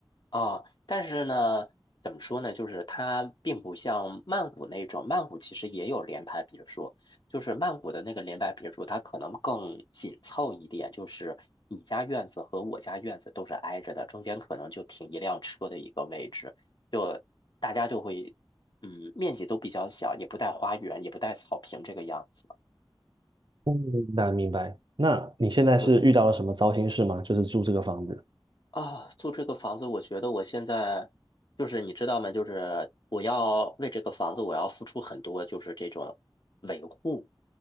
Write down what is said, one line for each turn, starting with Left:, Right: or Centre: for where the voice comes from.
Left: 啊，但是呢，怎么说呢？就是它并不像曼谷那种，曼谷其实也有联排别墅，就是曼谷的那个联排别墅，它可能更紧凑一点，就是你家院子和我家院子都是挨着的，中间可能就停一辆车的一个位置，就大家就会，嗯，面积都比较小，也不带花园，也不带草坪这个样子。
Right: 嗯，明白明白。那你现在是遇到了什么糟心事吗？
Left: 对。
Right: 就是住这个房子。
Left: 啊，租这个房子，我觉得我现在就是你知道吗？就是我要为这个房子，我要付出很多，就是这种维护